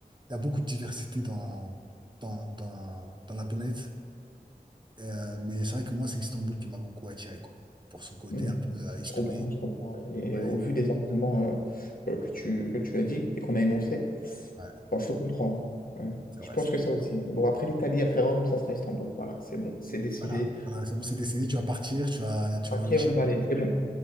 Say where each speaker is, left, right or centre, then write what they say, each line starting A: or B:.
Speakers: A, on the right (about 30°); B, on the left (about 65°).
A: il y a beaucoup de diversité dans, dans, dans, dans la planète. Euh, mais c'est vrai que moi, c'est Istanbul qui m'a beaucoup attiré, quoi. Pour son côté
B: Mm.
A: un peu euh, historique.
B: Je comprends, je comprends. Et
A: Ouais,
B: au vu des arguments euh, euh, que tu, que tu as dit et qu'on a énoncés,
A: ouais,
B: bon, je te comprends. Ouais.
A: c'est
B: Je
A: vrai.
B: pense que ça aussi. Bon, après l'Italie, après Rome, ça sera Istanbul. Voilà, c'est bon, c'est décidé.
A: Voilà, voilà, c'est bon, c'est décidé, tu vas partir, tu vas, tu vas
B: Ok,
A: nous lâcher.
B: on balaye, c'est bon.